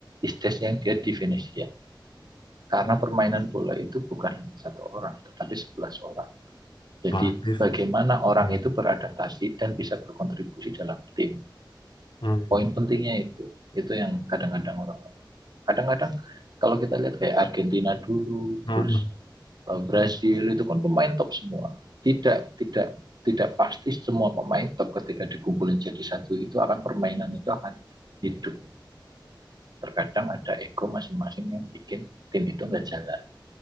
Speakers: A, on the right (about 55°); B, on the left (about 70°).
A: Istes yang dia di Venesia Karena permainan bola itu bukan satu orang, tetapi 11 orang. Jadi
B: proaktif
A: bagaimana orang
B: hmm.
A: itu beradaptasi dan bisa berkontribusi dalam tim.
B: Hmm.
A: Poin pentingnya itu. Itu yang kadang-kadang orang. Kadang-kadang kalau kita lihat kayak Argentina dulu,
B: Hmm.
A: terus Brasil itu kan pemain top semua. Tidak tidak tidak pasti semua pemain top ketika dikumpulin jadi satu itu akan permainan itu akan hidup. Terkadang ada ego masing-masing yang bikin tim itu nggak jalan